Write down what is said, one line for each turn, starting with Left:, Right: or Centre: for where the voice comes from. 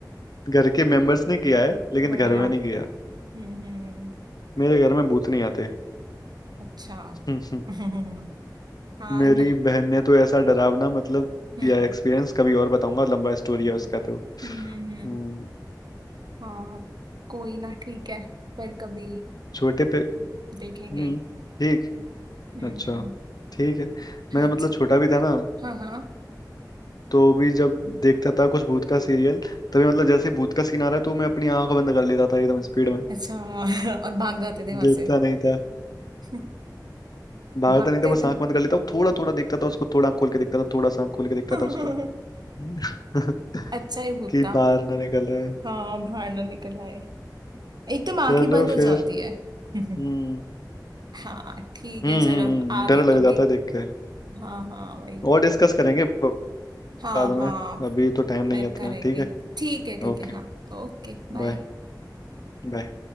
Left: घर के मेंबर्स ने किया है लेकिन
Right: बढ़िया
Left: घर में नहीं किया
Right: हम्म हम्म
Left: मेरे घर में भूत नहीं आते
Right: अच्छा
Left: हम्म,
Right: <laughs> हाँ
Left: मेरी
Right: ना
Left: बहन ने तो ऐसा डरावना मतलब
Right: हम्म
Left: किया एक्सपीरियंस कभी और बताऊंगा लंबा स्टोरी है उसका तो हम्म
Right: हम्म हम्म हम्म, हाँ कोई ना ठीक है फिर कभी
Left: छोटे पे
Right: देखेंगे
Left: हम्म ठीक
Right: हम्म
Left: अच्छा
Right: हम्म
Left: ठीक है
Right: हाँ
Left: मैं मतलब
Right: जी
Left: छोटा भी था ना
Right: हाँ हाँ
Left: तो भी जब देखता था कुछ भूत का सीरियल तभी मतलब जैसे भूत का सीन आ रहा है तो मैं अपनी आंख बंद कर लेता था एकदम स्पीड में
Right: अच्छा <laughs> और भाग जाते थे वहां
Left: देखता
Right: से
Left: नहीं था
Right: <laughs>
Left: भागता
Right: भागते
Left: नहीं था बस
Right: थे
Left: आंख बंद कर लेता और थोड़ा थोड़ा देखता था उसको थोड़ा आँख खोल के देखता था थोड़ा सा आँख खोल के देखता
Right: <laughs>
Left: था उसको <laughs>
Right: अच्छा ही भूत
Left: कि
Right: था
Left: बाहर ना निकल आए
Right: हाँ बाहर ना निकल आए एकदम आंखें
Left: चलो
Right: बंद हो
Left: फिर
Right: जाती है <laughs>
Left: हम्म
Right: हाँ ठीक
Left: हम्म
Right: है चलो
Left: हम्म,
Right: आगे
Left: डर लग
Right: कभी
Left: जाता है देख के
Right: हाँ हाँ वही
Left: और डिस्कस करेंगे बाद
Right: हाँ हाँ
Left: में अभी तो टाइम नहीं
Right: फिर
Left: है इतना
Right: करेंगे
Left: ठीक है
Right: ठीक है ठीक
Left: ओके
Right: है हाँ Okay bye
Left: बाय बाय